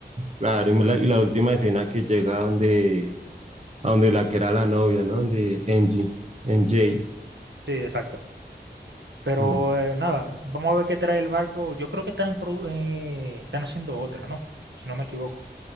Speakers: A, on the right; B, on the right.
A: Claro, y la, y la última escena que llega donde a donde la que era la novia, ¿no? Donde MG, MJ.
B: Sí, exacto. Pero
A: Mm.
B: eh, nada, vamos a ver qué trae el barco. Yo creo que están, produ- eh, están haciendo otra, ¿no? Si no me equivoco.